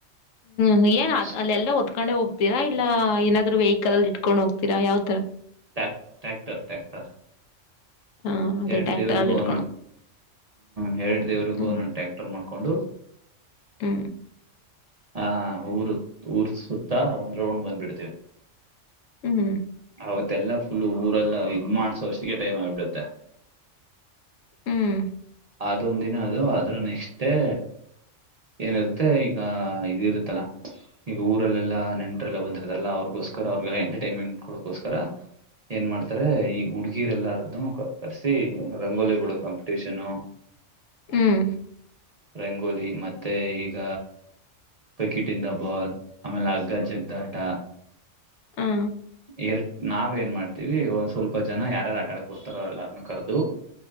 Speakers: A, on the left; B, on the right.
A: ಹೂ ಏನ್ ಅ
B: ಸೊ,
A: ಅಲ್ಲ ಒದ್ಕೊಂಡೆ ಹೋಗ್ತೀರಾ ಇಲ್ಲ ಏನಾದ್ರು ವೆಹಿಕಲ್ ಅಲ್ಲಿ ಇಟ್ಕೊಂಡ್ ಹೋಗ್ತೀರಾ ಯಾವ್ ತಾರ
B: ಟ ಟ್ಯಾಕ್ಟರ್ ಟ್ಯಾಕ್ಟರ್
A: ಆ! ಅದೇ
B: ಎರಡು
A: ಟ್ರ್ಯಾಕ್ಟರಲ್ಲಿ
B: ದೇವ್ರಿಗೂ
A: ಇಟ್ಕೊಂಡ್
B: ಒನ್ಂಟು
A: ಹೋಗ್
B: ಹ ಎರಡು ದೇವ್ರರಿಗೂ
A: ಹ್ಮ್.
B: ಒನ್ಂಟ ರ್ ಮಾಡ್ಕೊಂಡು
A: ಹೂ
B: ಹ ಊರು ಊರ್ ಸುತ್ತಾ ಒಂದ್ ರೌಂಡ್ ಬಂದ್ಬಿಡ್ತೀವಿ
A: ಹೂ
B: ಅವತ್ತೆಲ್ಲಾ ಫುಲ್ ಊರೆಲ್ಲ ಇದ್ ಮಾಡಸೋವಷ್ಟಿಗೆ ಟೈಮ್ ಆಗ್ಿಬಿಡುತ್ತೆ
A: ಹ್ಮ್.
B: ಅದೊಂದ ದಿನ ಅದು ಅದ್ರ ನೆಕ್ಸ್ಟ್ೇ ಏನಿರುತ್ತೆ ಈಗ ಇದುರುತ್ತಲ್ಲ ಈಗ ಊರಲ್ಲಾ ನೆಟ್ರರೆಲ್ಲ ಬಂದರತದಲ್ಲ ಅವರ್ಗೋಸ್ಕರ ಅವ್ರಿಗೆಲ್ಲ ಎಂಟರ್ಟೈನ್ಮೆಂಟ್ ಕೊಡಕೋಸ್ಕರ ಏನ್ ಮಾಡ್ತಾರೆ ಈಗ ಹುಡುಗೀರೆ ಎಲ್ಲಾರದ್ದು ಕರ್ಸಿ ರಂಗೋಲಿ ಬಿಡು ಕಾಂಪಿಟೀಷನು
A: ಹ್ಮ್.
B: ರಂಗೋಲಿ ಮತ್ತೆ ಈಗ ಬಕೀಟ್ ಇನ್ ದಿ ಬಾಲ್ ಆಮೇಲೆ ಅಗ್ಗಜಗ್ಗಾಟ
A: ಹಾ
B: ಎರ ನಾವ್ ಏನ್ ಮಾಡ್ತೀವಿ ಒಂದ್ ಸ್ವಲ್ಪ ಜನ ಯಾರ್ಯಾರು ಆಟಾಡಕ್ ಬಿಡ್ತಾರೋ ಎಲ್ಲರ್ನ ಕಾರ್ದು